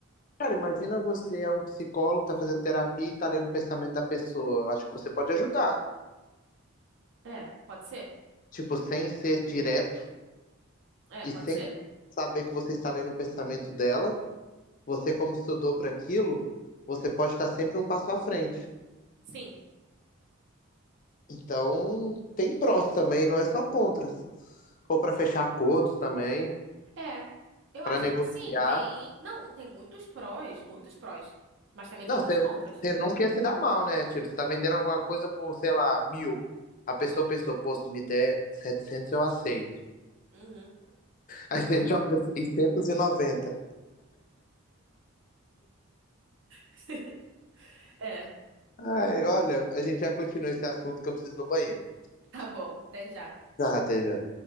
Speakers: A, on the left; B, on the right.
A: Cara, imagina você é um psicólogo, tá fazendo terapia e tá lendo o pensamento da pessoa. Eu acho que você pode ajudar.
B: É, pode ser?
A: Tipo, sem ser direto
B: É,
A: e
B: pode
A: sem
B: ser?
A: saber que você está lendo o pensamento dela, você, como estudou para aquilo, você pode estar sempre um passo à frente.
B: Sim.
A: Então, tem prós também, não é só contras. Ou para fechar acordos também,
B: É, eu
A: para
B: acho
A: negociar.
B: que sim, tem. Não, tem muitos prós, muitos prós. Mas também tem
A: Não,
B: muitos
A: você
B: contras.
A: não quer se dar mal, né? Tipo, você tá vendendo alguma coisa por, sei lá, mil. A pessoa pensou, pô, se me der 700 eu aceito.
B: Uhum.
A: Aí você <laughs> joga 690
B: <laughs> É,
A: Ai, olha, a gente já continua esse assunto que eu preciso ir no banheiro.
B: tá bom, até já.
A: Tá, até já.